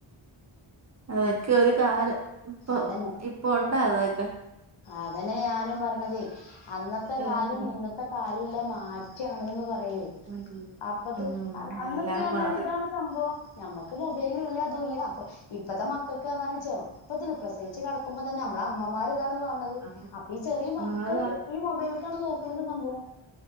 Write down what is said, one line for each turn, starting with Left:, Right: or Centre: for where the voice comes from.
Right: അതൊക്കെ ഒരു കാലം ഇപ്പൊ
Left: അതന്നെ
Right: ഇപ്പൊ ഉണ്ടാ അതക്കെ
Left: അതന്നെ ഞാനും പറഞ്ഞത് അന്നത്തെ കാലവും
Right: ആഹ്
Left: ഇന്നത്തെ കാലംല്ല മാറ്റാണ്ന്ന് പറ പ്പഴെ
Right: ഉം ഉം.
Left: അപ്പത്
Right: ഉം
Left: അന്നൊക്കെയാൽ
Right: എല്ലാം മാറി
Left: ഇതാണ് സംഭവം ഞമ്മക്ക് മൊബൈല് ഇല്ലാ ത്തുല്ല അപ്പൊ ഇപ്പഴത്തെ മക്കൾക്ക് പറാല് ചെറുപ്പത്തി പ്രസയിച്ച് കിടക്കുമ്പോ തന്നെ നമ്മള അമ്മമാര് താണ് കാണുന്നത്
Right: ആ
Left: അപ്പൊ ഈ ചെറിയ മക്കള്
Right: അത് ആ അത്
Left: ഈ മൊബൈലക്കാണ് നോക്കണത് സംഭവം